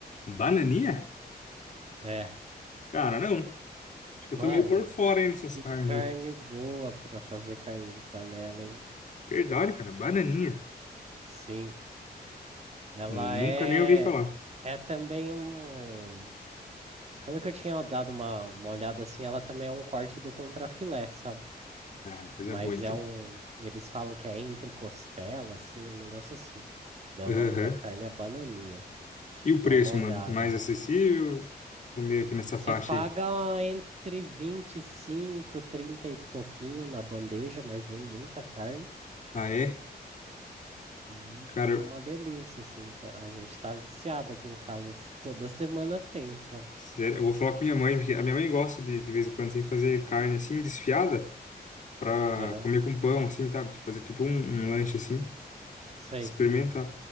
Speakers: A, on the left; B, on the right.
A: Bananinha?
B: É,
A: Cara, não. Acho que
B: mano,
A: eu tô meio por fora aí nessas
B: que
A: carnes
B: carne
A: aí.
B: boa para fazer carne de panela, hein?
A: Verdade, cara, bananinha.
B: Sim, ela
A: Nunca
B: é.
A: nem ouvi falar.
B: É também um. Pelo que eu tinha dado uma, uma olhada assim, ela também é um corte do contrafilé, sabe?
A: Ah, coisa
B: Mas
A: boa então.
B: é um. Eles falam que é entre costela, assim, um negócio assim. Daí
A: Aham.
B: o nome da carne é bananinha.
A: E o preço,
B: Dá uma olhada
A: mano? Mais
B: lá.
A: acessível? O meio aqui nessa
B: Você
A: faixa
B: paga
A: aí.
B: entre 25, 30 e pouquinho na bandeja, mas vem muita carne
A: Ah, é?
B: e
A: Cara,
B: fica uma delícia, assim. tá- A gente tá viciado aqui em casa. s- Toda semana tem, sabe?
A: sério, eu vou falar com minha mãe, porque a minha mãe gosta de, de vez em quando assim, fazer carne assim, desfiada. pra
B: Aham.
A: comer com pão, assim, tá? Fazer tipo um, um lanche assim,
B: Sei.
A: experimentar.